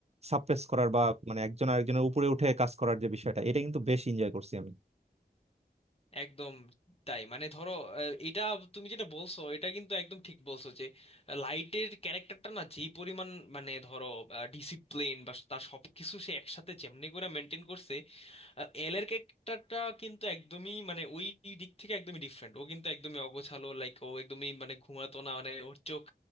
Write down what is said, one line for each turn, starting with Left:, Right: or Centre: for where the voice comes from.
Right: সাপ্রেস করার বা মানে একজন আরেকজনের উপরে উঠে কাজ করার যে বিষয়টা এটা কিন্তু বেশ এনজয় করছি আমি
Left: একদম তাই মানে ধরো আহ, এটা তুমি যেটা বলছো এটা কিন্তু একদম ঠিক বলছো যে লাইটের ক্যারেক্টারটা না যেই পরিমাণ মানে ধরো ডিসিপ্লিন বা তার সবকিছু সে একসাথে যেমনি করে মেনটেন করছে এল এর ক্যারেক্টারটা কিন্তু একদমই মানে ওই দিক থেকে একদমই ডিফারেন্ট ও কিন্তু একদমই অগোছালো লাইক ও একদমই মানে ঘুমাতো না মানে ওর চোখ